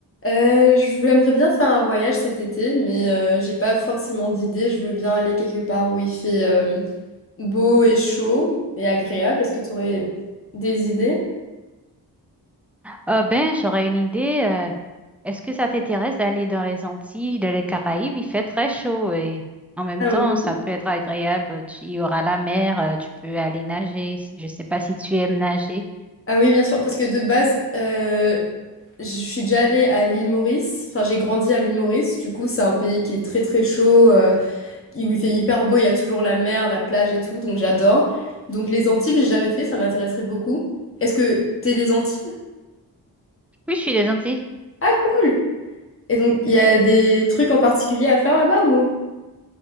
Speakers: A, on the left; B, in the centre.
A: Euh, je j'aimerais bien faire un voyage cet été, mais euh, j'ai pas forcément d'idée. Je veux bien aller quelque part où il fait euh, beau et chaud et agréable. Est-ce que tu aurais des idées?
B: Ah ben, j'aurais une idée. euh, est-ce que ça t'intéresse d'aller dans les Antilles, dans les Caraïbes? Il fait très chaud et en même
A: Ah
B: temps,
A: oui,
B: ça peut être agréable. Tu- Il y aura la mer, euh, tu peux aller nager. si- Je sais pas si tu aimes nager.
A: Ah oui, bien sûr, parce que de base, euh, je suis déjà allée à l'île Maurice. Enfin, j'ai grandi à l'île Maurice. Du coup, c'est un pays qui est très très chaud, euh, où il fait hyper beau. Il y a toujours la mer, la plage et tout, donc j'adore. Donc les Antilles, j'ai jamais fait, ça m'intéresserait beaucoup. Est-ce que t'es des Antilles?
B: Oui, je suis des Antilles.
A: Ah cool! Et donc, il y a des trucs en particulier à faire là-bas ou?